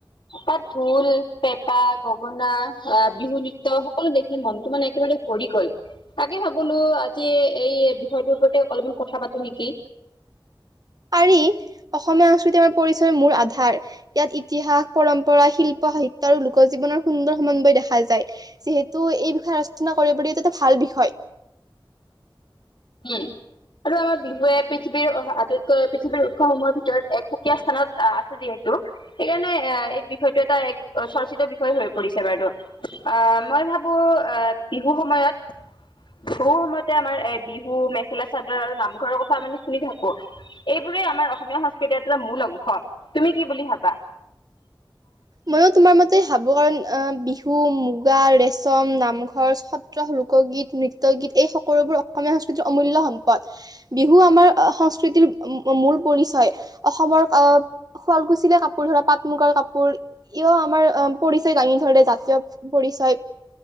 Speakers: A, on the left; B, on the right.
A: তাত ঢোল, পেপা, গগনা আহ বিহু নৃত্য সকলো দেখি মনটো মানে একেবাৰে ভৰি গল। তাকে ভাবিলো আজি এই বিষয়টোৰ ওপতে অলপমান কথা পাতো নেকি।
B: পাৰি অসমীয়া সংস্কৃতি আমাৰ পৰিচয়ৰ মূল আধাৰ ইয়াত ইতিহাস পৰম্পৰা শিল্প সাহিত্য আৰু লোকজীৱনৰ সুন্দৰ সমন্বয় দেখা যায় যিহেতু এই বিষয়ে আলোচনা কৰিব এইটো এটা ভাল বিষয়।
A: উম আৰু আমাৰ বিহুৱে পৃথিৱীৰ আটাইতকৈ পৃথিৱীৰ উৎসৱসমূহৰ ভিতৰত একসুকীয়া স্থানত আহ আছে যিহেতু। সেইকাৰণে আহ এই। বিষয়টো এটা এক চৰ্চিত বিষয় হৈ পৰিছে বাৰু অ মই ভাবো আহ বিহু সময়ত বিহু সময়তে আমাৰ এ। বিহু মেখেলা চাদৰ আৰু নামঘৰৰ কথা মানি শুনি থাকো, এইবোৰেই আমাৰ অসমীয়া সংস্কৃতিৰ এটা মূল অংশ তুমি কি বুলি ভাবা।
B: ময়ো তোমাৰ মতে ভাবো কাৰ অ বিহু মুগা ৰেচম নাম। ৰ সত্ৰ লোকগীত নৃত্য। গীত এই সকলোবোৰ অসমীয়া সংস্কৃতিৰ অমূল্য সম্পদ বিহু আমাৰ সংস্কৃতিৰ মূল পৰিচয়। অসমৰ শুৱালকুছলীয়া কাপোৰ ধৰা পাট মুগাৰ কাপোৰ। আমাৰ পৰিচয় দাঙি ধৰে জাতীয় পৰিচয়।